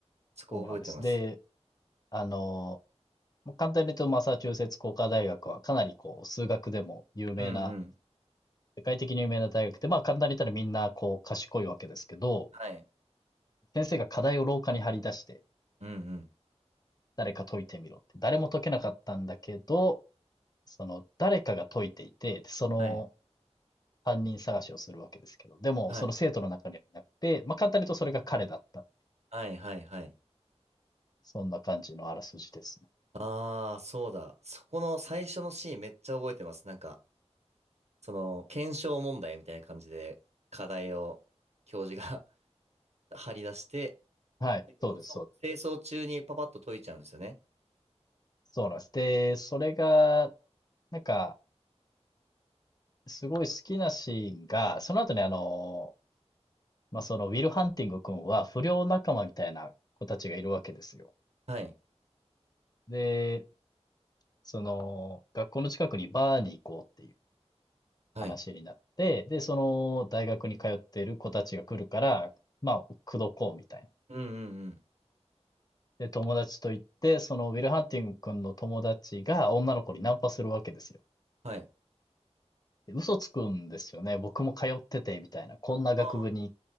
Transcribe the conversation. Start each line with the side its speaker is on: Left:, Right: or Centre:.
Right: そこ覚えてます。
Left: そうなんです。で、あの、簡単に言うとマサチューセッツ工科大学はかなりこう数学でも有名な、
Right: うんうん。
Left: 世界的に有名な大学で、まあ簡単に言ったらみんなこう賢いわけですけど、
Right: はい。
Left: 先生が課題を廊下に張り出して
Right: うんうん。
Left: 誰か解いてみろって、誰も解けなかったんだけど、その誰かが解いていて、その
Right: はい。
Left: 犯人探しをするわけですけど、でも、
Right: はい。
Left: その生徒の中にはいなくて、まあ、簡単に言うとそれが彼だった。
Right: はいはいはい。
Left: そんな感じのあらすじですね。
Right: あー、そうだ。そこの最初のシーンめっちゃ覚えてます。なんか、その、検証問題みたいな感じで、課題を教授が <laughs> 張り出して、
Left: はい、そうです、
Right: そのそう清掃中にパパッと解いちゃうんですよね。
Left: そうです。そうなんです。で、それが、なんか、すごい好きなシーンが、その後にあの、まあ、そのウィル・ハンティング君は不良仲間みたいな子たちがいるわけですよ。
Right: はい。
Left: で、その、学校の近くにバーに行こうっていう
Right: はい。
Left: 話になって、で、その大学に通っている子たちが来るから、まあ、口説こうみたいな。
Right: うんうんうん。
Left: で、友達と行って、そのウィル・ハンティング君の友達が女の子にナンパするわけですよ。
Right: はい。
Left: で、嘘つくんですよね。僕も通ってて、みたいな。こんな学部に
Right: あー